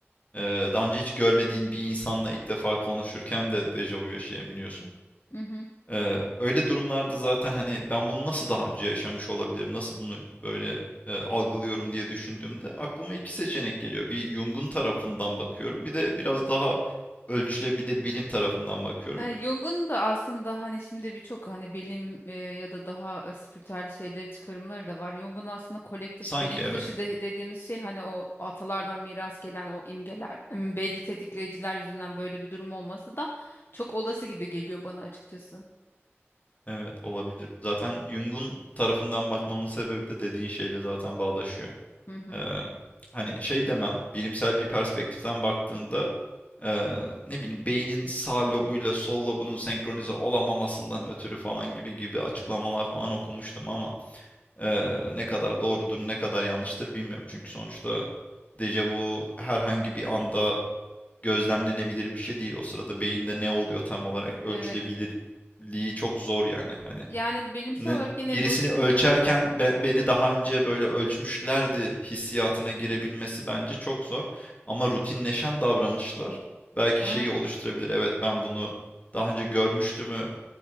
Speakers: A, on the left; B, on the left.
A: e, daha önce hiç görmediğin bir insanla ilk defa konuşurken de dejavu yaşayabiliyorsun.
B: Hı hı.
A: Eee, öyle durumlarda zaten hani ben bunu nasıl daha önce yaşamış olabilirim, nasıl bunu böyle e, algılıyorum diye düşündüğümde aklıma iki seçenek geliyor. Bir Jung'un tarafından bakıyorum, bir de biraz daha ölçülebilir bilim tarafından bakıyorum.
B: Yani Jung'un da aslında hani şimdi birçok hani bilim e, ya da daha e, spiritüel şeyleri çıkarımları da var. Jung'un aslında kolektif
A: Sanki
B: bilinç
A: evet,
B: dışı de- dediğimiz şey hani o atalardan miras gelen o imgeler, m, belli tetikleyiciler yüzünden böyle bir durum olması da çok olası gibi geliyor bana açıkçası.
A: evet olabilir. Zaten Jung'un tarafından bakmamın sebebi de dediğin şeyle zaten bağdaşıyor.
B: Hı hı.
A: Eee, hani şey demem, bilimsel bir perspektiften baktığında eee, ne bileyim beynin sağ lobuyla sol lobunun senkronize olamamasından ötürü falan gibi gibi açıklamalar falan okumuştum ama eee, ne kadar doğrudur ne kadar yanlıştır bilmiyorum. Çünkü sonuçta dejavu herhangi bir anda gözlemlenebilir bir şey değil. O sırada beyinde ne oluyor tam olarak ölçülebilirliği
B: Evet.
A: çok zor yani hani
B: Yani bilimsel
A: ne-
B: olarak yine
A: birisini
B: bu çıkarımları
A: ölçerken
B: var.
A: be- beni daha önce böyle ölçmüşlerdi hissiyatına girebilmesi bence çok zor. Ama rutinleşen davranışlar belki
B: Hı
A: şeyi
B: hı.
A: oluşturabilir. Evet ben bunu daha önce görmüştümü